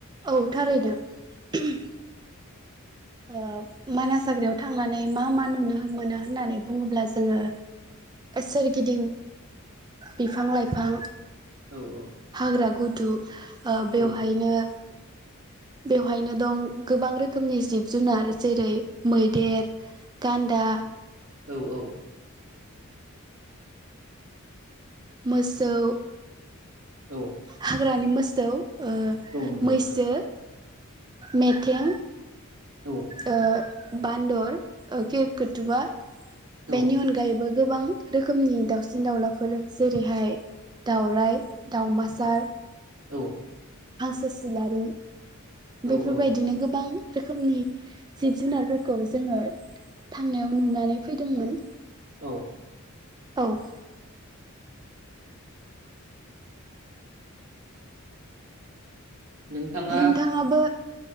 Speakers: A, on the right; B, on the right.
A: औ थारैनो <unintelligible> ओ मानास हाग्रायाव थांनानै मा-मा नुनो मोनो होननानै बुङोब्ला जोङो सोरगिदिं बिफां लाइफां
B: औ औ
A: हाग्रा गुद दु ओ बेवहायनो
B: औ
A: बेवहायनो दं गोबां रोखोमनि जिब जुनार जेरै मैदेर गान्दा
B: औ-औ
A: मोसौ
B: औ
A: हाग्रानि मोसौ ओ
B: औ नंगौ
A: मैसो मेथें
B: औ
A: ओ बान्दर खेरकुथुवा
B: औ
A: बेनि अनगायैबो गोबां रोखोमनि दाउसिन दाउलाफोर जेरैहाय दाउराइ दावमास सार
B: औ
A: हांसो सिलारि
B: औ
A: बेफोरबायदिनो
B: औ
A: गोबां रोखोमनि जिब जुनारफोरखौ जोङो थांनायाव नुनानै फैदोंमोन।
B: औ
A: औ
B: नोंथाङा
A: नोंथाङाबो